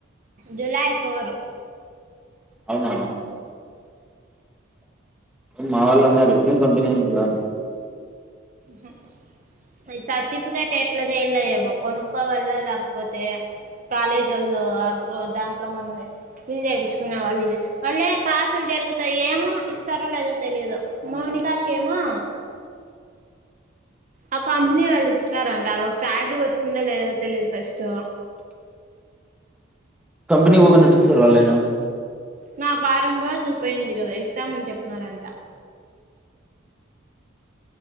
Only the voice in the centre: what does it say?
ఔనా మా వాళ్ళన్నారు జూన్ ట్వంటి నైన్తైలో అని
కంపెనీ <unintelligible> నడిస్తే రాలేనా